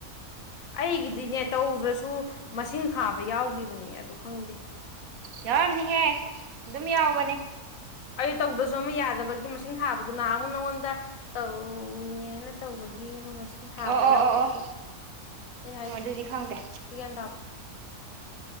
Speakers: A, on the left; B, on the right.
A: ꯑꯩꯒꯤꯗꯤꯅꯦ ꯇꯧꯗ꯭ꯔꯁꯨ ꯃꯁꯤꯡ ꯊꯥꯕ ꯌꯥꯎꯒꯤꯕꯅꯦ ꯑꯗꯨ ꯈꯪꯗꯦ
B: ꯌꯥꯎꯔꯝꯅꯤꯍꯦ ꯑꯗꯨꯝ ꯌꯥꯎꯕꯅꯦ
A: ꯑꯩ ꯇꯧꯗ꯭ꯔꯖꯨ ꯑꯃ ꯌꯥꯗꯕꯒꯤ ꯃꯁꯤꯡ ꯊꯥꯕꯗꯣ ꯅꯍꯥꯟ ꯃꯨꯛ ꯅꯉꯣꯟꯗ ꯇꯧꯔꯤꯅꯦꯅ ꯇꯧꯕꯒꯤ ꯑꯃ ꯃꯁꯤꯡ ꯁꯤꯡ ꯊꯥꯕ
B: ꯑꯣ ꯑꯣ
A: ꯌꯥꯎꯗꯕꯗꯣ
B: ꯑꯣ ꯑꯣ
A: ꯑꯩꯅ ꯍꯥꯏꯖ
B: ꯑꯣ ꯑꯗꯨꯗꯤ ꯈꯪꯗꯦ
A: ꯒ꯭ꯌꯥꯟ ꯇꯥꯕ